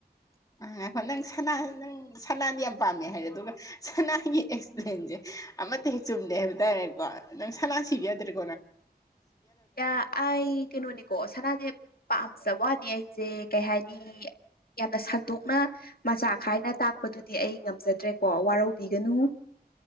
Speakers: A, on the left (about 20°); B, on the left (about 65°).
A: ꯉꯥꯏꯈꯣ ꯅꯪ ꯁꯅꯥꯗꯤ ꯅꯪ ꯁꯅꯥꯗꯤ ꯌꯥꯝ ꯄꯥꯝꯃꯦ ꯍꯥꯏꯔꯦ ꯑꯗꯨꯒ ꯁꯅꯥꯒꯤ ꯑꯦꯛꯁꯄ꯭ꯔꯦꯟꯁꯦ ꯑꯃꯠꯇ ꯍꯦꯛ ꯆꯨꯝꯗꯦ ꯍꯥꯏꯕ ꯇꯥꯔꯦꯀꯣ ꯅꯪ ꯁꯅꯥ ꯁꯤꯕꯤ ꯌꯥꯗ꯭ꯔꯦ <unintelligible>
B: ꯌꯥ ꯑꯩ ꯀꯩꯅꯣꯅꯤꯀꯣ ꯁꯅꯥꯁꯦ ꯄꯥꯝꯖꯕ ꯋꯥꯅꯤ ꯑꯩꯁꯦ ꯀꯩ ꯍꯥꯏꯅꯤ ꯌꯥꯝꯅ ꯁꯟꯇꯣꯛꯅ ꯃꯆꯥ ꯈꯥꯏꯅ ꯇꯥꯛꯄꯗꯨꯗꯤ ꯑꯩ ꯉꯝꯖꯗ꯭ꯔꯦꯀꯣ ꯋꯥꯔꯧꯕꯤꯒꯅꯨ